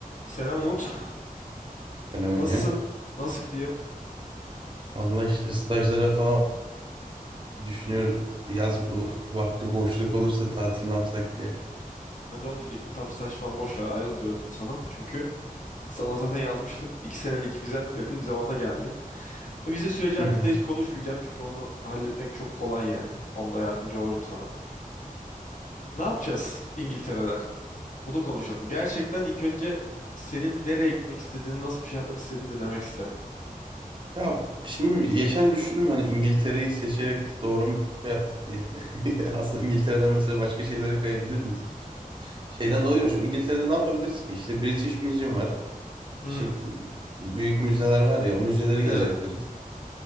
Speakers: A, on the left (about 55°); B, on the right (about 35°).
A: Selam Umut.
B: Selam Ege.
A: Nasılsın? Nasıl gidiyor?
B: Valla işte stajlara falan düşünüyorum. Yaz bu vakti boşluk olursa tatil ne yapsak diye.
A: Ben de onu diyecektim. Tam staj falan boş ver ayrıl diyordum sana. Çünkü sana zaten yazmıştım. İki senelik vizem yakın bir zamanda geldi. Ve vize süreci
B: Hı
A: hakkında
B: hı.
A: hiç konuşmayacağım. Çünkü onu halletmek çok kolay yani. Onda yardımcı olurum sana. Ne yapacağız İngiltere'de? Bunu konuşalım. Gerçekten ilk önce senin nereye gitmek istediğini, nasıl bir şey yapmak istediğini dinlemek isterim.
B: Ya şimdi geçen düşündüm hani İngiltere'yi seçerek doğru mu yaptık diye. <laughs> Aslında İngiltere'den mesela başka şeylere kayabilir miyiz? Şeyden dolayı diyorum, şimdi İngiltere'de ne yapabiliriz ki? İşte British Museum var.
A: Hı
B: İşte
A: hı.
B: o büyük müzeler var ya o müzeleri
A: Evet.
B: gezebiliriz.